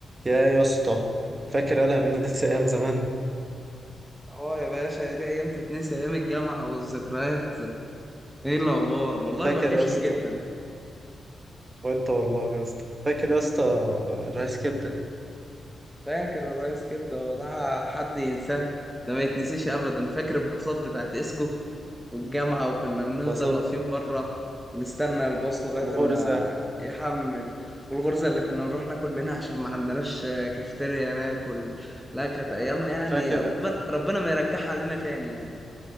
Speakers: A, on the right; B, in the centre.
A: يا يا اسطى فاكر انا منسي ايام زمان
B: اه يا باشا دي ايام تتنسي ايام الجامعه والذكريات ايه الاخبار والله
A: فاكر
B: وحشني
A: يا اسطى
B: جدا
A: وانت والله يا اسطى فاكر يا اسطى رايس كبده
B: فاكر الرئيس كبده هو ده حد ينساه ده ما يتنسيش ابدا فاكر الباصات بتاعت اسكو والجامعه وكنا بنفضل
A: بصب
B: واقفين بره ونستنى الباص لغايه
A: والغرزه
B: اما يحمل والغرزه اللي كنا نروح ناكل منها عشان ما عندناش كافيتيريا ناكل لا كانت ايام يعني
A: فاكر
B: ربنا ربنا ما يرجعها علينا تاني يعني